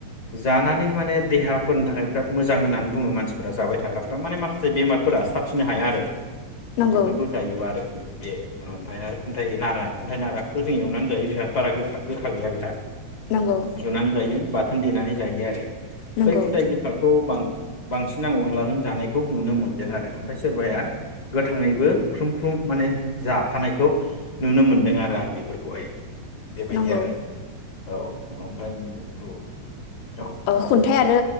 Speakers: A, on the left; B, on the left.
A: जानानै माने देहाफोरनि थाखाय बिराद मोजां होननानै बुङो मानसिफोरा जाबाय थाग्राफ्रा माने माखासे बेमारफोरा साबसिननो हाया आरो।
B: नंगौ
A: बेफोरखौ जायोबा आरोखि। बे ओमफ्राय आरो खुन्थाइ नारा खन्थाइ नाराखौथ' जों एवनानै जायो बेहा बारा गोखा गोखा गैया बेहा।
B: नंगौ
A: एवनानै जायो बा थोन दनानानै जायो आरो
B: नंगौ
A: बै खुन्थायाइ बिखौ बां बांसिन आं अनलाजों जानायखौ नुनो मोन्दों आरो ओमफफ्राय सोरबाया गोथाङैबो ख्रुम ख्रुम माने जाखानायखौ नुनो मोनदों आरो आं बेफोरखौहाय। बेबायदि
B: नंगौ
A: आरो औ ओमफ्राय बेनि औ औ
B: अ खुन्थाइ आरो